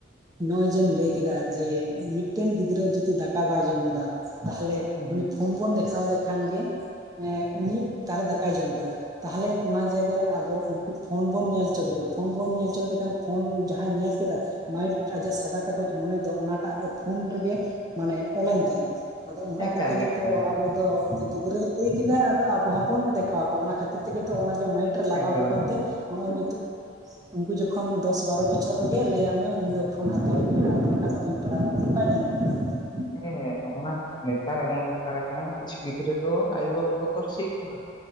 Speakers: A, on the right (about 20°); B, on the left (about 20°).
A: ᱱᱚᱜ ᱚᱞᱚᱭ ᱡᱮᱢ ᱞᱟᱹᱭᱠᱟ ᱡᱮ ᱢᱤᱫᱴᱮᱱ ᱜᱤᱫᱽᱨᱟᱹ ᱡᱩᱫᱤ ᱫᱟᱠᱟ ᱵᱟᱭ ᱡᱚᱢ ᱮᱫᱟ ᱛᱟᱦᱚᱞᱮ
B: ᱦᱩᱸ ᱦᱩᱸ
A: ᱩᱱᱤ ᱯᱷᱳᱱ ᱵᱚᱱ ᱫᱮᱠᱷᱟᱣ ᱫᱮ ᱠᱷᱟᱱ ᱜᱮ ᱮ ᱩᱱᱤ ᱛᱟᱞᱦᱮ ᱫᱟᱠᱟᱭ ᱡᱚᱢ ᱠᱮᱫᱟ ᱾ ᱛᱟᱦᱚᱞᱮ ᱚᱱᱟ ᱡᱟᱭᱜᱟᱨᱮ ᱟᱵᱚ ᱩᱱᱠᱩ ᱯᱷᱳᱱ ᱵᱚᱱ ᱧᱮᱞ ᱦᱚᱪᱚ ᱠᱮᱫᱮᱭᱟ ᱯᱷᱳᱱ ᱵᱚᱱ ᱧᱮᱞ ᱦᱚᱪᱚ ᱠᱮᱫᱮ ᱠᱷᱟᱱ ᱯᱷᱳᱱ ᱡᱟᱦᱟᱸᱭ ᱧᱮᱞ ᱠᱮᱫᱟ ᱢᱟᱭᱤᱴ ᱟᱡᱟᱜ ᱥᱟᱫᱟ ᱠᱟᱜᱚᱡᱽ ᱢᱚᱱᱮ ᱫᱚ ᱚᱱᱟᱴᱟᱜ ᱜᱮ ᱯᱷᱳᱱ ᱨᱮᱜᱮ ᱢᱟᱱᱮ ᱚᱞ ᱮᱱ ᱛᱟᱭᱟ ᱟᱫᱚ ᱚᱱᱠᱟ
B: ᱮᱠᱟᱞ
A: ᱠᱟᱛᱮ ᱜᱮᱛᱚ
B: ᱮᱠᱟᱞ ᱮᱠᱟᱞ
A: ᱟᱵᱚ ᱫᱚ ᱜᱤᱫᱽᱨᱟᱹᱭ ᱞᱟᱹᱭ ᱠᱮᱫᱟ ᱟᱫᱚ ᱟᱵᱚ ᱦᱚᱸᱵᱚᱱ ᱫᱮᱠᱷᱟᱣ ᱠᱚᱣᱟ ᱚᱱᱟ ᱠᱷᱟᱹᱛᱤᱨ ᱛᱮᱜᱮ ᱛᱚ ᱚᱱᱟᱜᱮ ᱢᱟᱭᱤᱱᱰ ᱨᱮ ᱞᱟᱜᱟᱣ
B: ᱮᱠᱫᱚᱢ
A: ᱠᱚ ᱠᱟᱱᱛᱮ
B: ᱮᱠᱫᱚᱢ
A: ᱱᱚᱜᱼᱚᱭ ᱱᱤᱛᱚ ᱩᱱᱠᱩ ᱡᱚᱠᱷᱚᱱ ᱫᱚᱥ ᱵᱟᱨᱚ ᱵᱚᱪᱷᱚᱨ ᱨᱮᱜᱮ ᱞᱟᱹᱭᱟᱢ ᱢᱮ ᱤᱧ ᱫᱚ ᱯᱷᱳᱱ ᱦᱟᱛᱟᱣᱟᱹᱧ ᱢᱮ ᱟᱨ ᱵᱟᱝᱠᱷᱟᱱ ᱫᱚ ᱵᱟᱹᱧ ᱯᱟᱲᱟᱱᱚᱜᱼᱟ ᱚᱱᱚ ᱚᱱᱟ ᱧᱮᱞᱚᱜ ᱠᱟᱱᱟ ᱱᱤᱛᱚᱜ
B: ᱦᱮᱸ ᱱᱚᱜᱼᱚ ᱱᱟ ᱱᱮᱛᱟᱨ ᱮᱢᱚᱱ ᱯᱟᱨ ᱠᱟᱱᱟ ᱠᱤᱪᱷᱩ ᱜᱤᱫᱽᱨᱟᱹ ᱫᱚ ᱟᱭᱳ ᱵᱟᱵᱟ ᱠᱚ ᱵᱚᱛᱚᱨ ᱦᱚᱪᱚᱭᱮᱫ ᱠᱚᱣᱟ